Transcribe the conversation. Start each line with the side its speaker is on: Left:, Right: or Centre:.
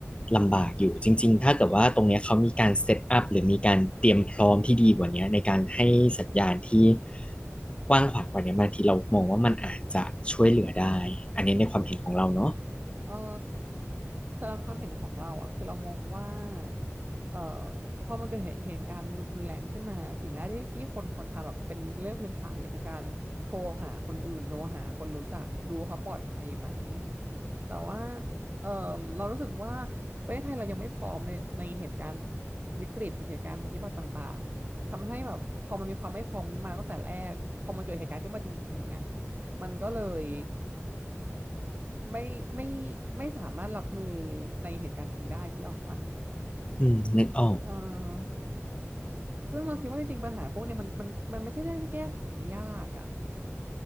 Left: ลำบากอยู่จริงๆถ้าเกิดว่าตรงเนี้ยเขามีการเซตอัพหรือมีการเตรียมพร้อมที่ดีกว่าเนี้ยในการให้สัญญาณที่กว้างขวางกว่าเนี้ยบางทีเรามองว่ามันอาจจะช่วยเหลือได้อันนี้ในความเห็นของเราเนาะ
Right: เอ่อสำหรับความเห็นของเราอ่ะคือเรามองว่าเอ่อพอมันเกิดเหตุเหตุการณ์รุนแรงขึ้นมาสิ่งแรกที่ที่คนควรทำแบบเป็นเรื่องพื้นฐานเลยคือการโทรหาคนอื่นโทรหาคนรู้จักดูเขาปลอดภัยไหมแต่ว่าเอ่อเรารู้สึกว่าประเทศไทยเรายังไม่พร้อมในในเหตุการณ์วิกฤตเหตุการณ์ทางพิบัติต่างๆทำให้แบบพอมันมีความไม่พร้อมมาตั้งแต่แรกพอมันเกิดเหตุการณ์ขึ้นมาจริงๆอ่ะมันก็เลย ไม่ไม่ไม่สามารถรับมือในเหตุการณ์จริงได้ที่ออกปะ
Left: อืมนึกออก
Right: เออซึ่งเราคิดว่าจริงๆปัญหาพวกเนี้ยมันมันมันไม่ใช่เรื่องที่แก้ไขได้ยากอ่ะ